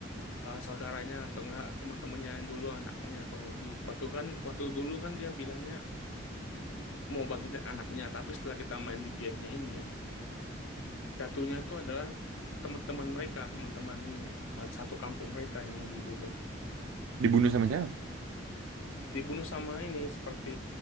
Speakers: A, on the left; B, on the right.
A: eh, saudaranya atau enggak teman-temannya yang dulu anaknya kurang lebih. Waktu kan waktu dulu kan dia bilangnya mau bangkitin anaknya, tapi setelah kita main di gamenya ini, jatuhnya itu adalah teman-teman mereka, teman-teman eh, satu kampung mereka yang dibunuh.
B: dibunuh sama siapa
A: dibunuh sama ini seperti